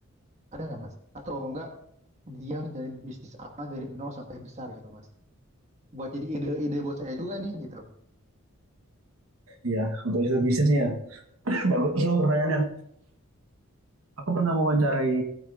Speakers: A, on the right (about 30°); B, on the right (about 70°).
A: Ada nggak Mas? Atau enggak dia ngejalanin bisnis apa dari nol sampai besar gitu Mas? Buat jadi ide-ide buat saya juga nih gitu.
B: iya untuk itu bisnisnya bagus loh pertanyaannya aku pernah mewawancarai